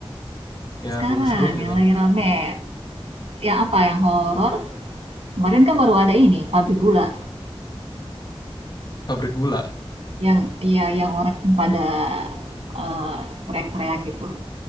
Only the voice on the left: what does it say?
yang
seru gitu?
Pabrik gula,